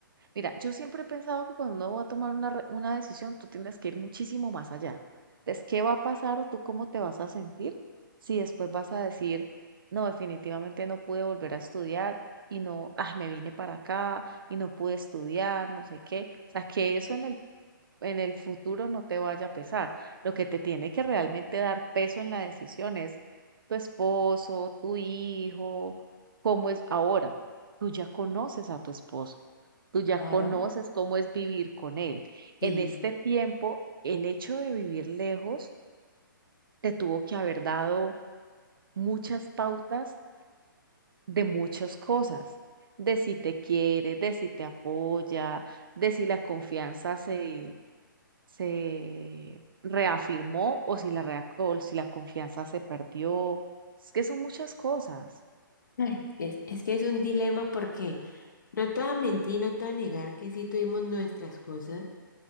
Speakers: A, on the right (about 75°); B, on the left (about 60°).
A: Mira, yo siempre he pensado que cuando uno va a tomar una, re- una decisión, tú tienes que ir muchísimo más allá. Es qué va a pasar o tú cómo te vas a sentir si después vas a decir, no, definitivamente no pude volver a estudiar y no, ah, me vine para acá y no pude estudiar, no sé qué. O sea, que eso en el en el futuro no te vaya a pesar. Lo que te tiene que realmente dar peso en la decisión es tu esposo, tu hijo, cómo es ahora. Tú ya conoces a tu esposo, tú ya
B: claro,
A: conoces cómo es vivir con él.
B: sí.
A: En este tiempo, el hecho de vivir lejos te tuvo que haber dado muchas pautas de muchas cosas, de si te quiere, de si te apoya, de si la confianza se se reafirmó o si la, rea- o si la confianza se perdió. Es que son muchas cosas.
B: Ay, es, es que es un dilema porque no te voy a mentir, no te voy a negar que sí tuvimos nuestras cosas,